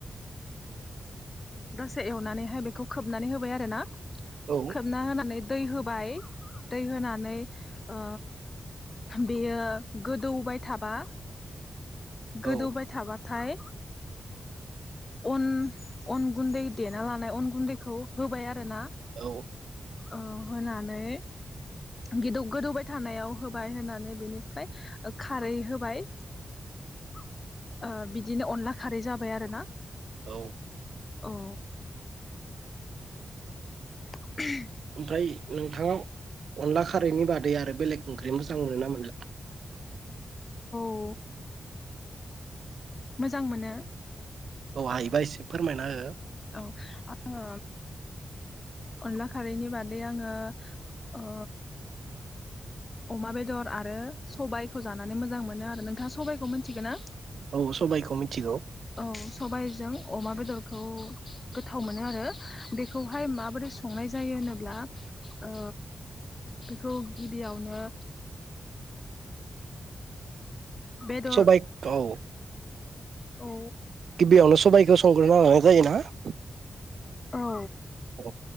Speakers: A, on the left; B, on the right.
A: दसे एवनानैहाय बेखौ खोबनानै होबाय आरो ना
B: औ
A: खोबना होनानै दै होबाय दै होनानै ओ बेयो गोदौबाय थाबा
B: औ
A: गोदौबाय थाबाथाय अन अन गुन्दै देना लानाय अन गुन्दैखौ होबाय आरो ना
B: औ
A: औ होनानै गिदौ गोदौबाय थानायाव होबाय होनानै बेनिफ्राय खारै होबाय ओ बिदिनो अनला खारै जाबाय आरोना
B: औ
A: औ <unintelligible>
B: ओमफ्राय नोंथाङा अनला खारैनि बादै आरो बेलेग ओंख्रि मोजां मोनोना मोनला?
A: औ मोजां मोनो
B: औ हायोबा एसे फोरमायना हो
A: औ आङो अनला खारैनि बादै आङो अ अमा बेदर आरो सबायखौ जानानै मोजां मोनो आरो नोंथाङा सबायाइखौ मोनथिगो ना?
B: औ सबाइखौ मिथिगौ
A: औ सबायजों अमा बेदरखौ गोथाव मोनो आरो बेखौहाय माबोरै संनाय जायो होनोब्ला ओ बेखौ गिबियावनो बेदर
B: सबाय औ
A: औ
B: गिबियावनो सबाइखौ संग्रोना लानाय जायोना? <inaudible>
A: औ
B: औ